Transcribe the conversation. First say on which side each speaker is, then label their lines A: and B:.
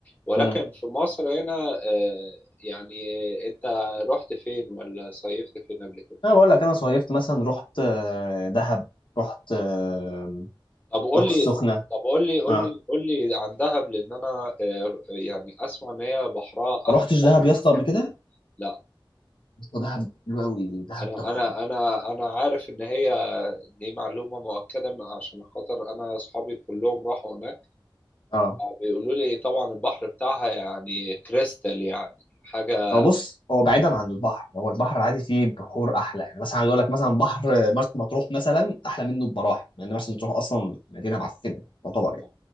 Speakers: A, on the left; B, on the left.
A: ولكن
B: امم
A: في مصر هنا آه، يعني انت رحت فين ولا صيفت فين قبل كده
B: انا بقول لك انا صيفت مثلا رحت آه، دهب رحت آه،
A: طب قول
B: رحت
A: لي
B: السخنه
A: طب قول لي قول
B: ها
A: لي قول لي عن دهب لان انا آه، يعني اسمع ان هي بحرها
B: ما
A: احلى
B: رحتش
A: بحر
B: دهب يا اسطى قبل كده
A: لا
B: ودهب حلو قوي دهب
A: انا
B: تحفه
A: انا انا انا عارف ان هي دي معلومه مؤكده من- عشان خاطر انا اصحابي كلهم راحوا هناك
B: اه
A: بيقولوا لي طبعا البحر بتاعها يعني كريستال يعني حاجه اللي
B: هو بص هو بعيدا عن البحر هو البحر العادي فيه بحور احلى يعني مثلا عايز اقول لك مثلا بحر مرسى مطروح مثلا احلى منه بمراحل لان مرسى مطروح اصلا مدينه معفنه تعتبر
A: هي
B: يعني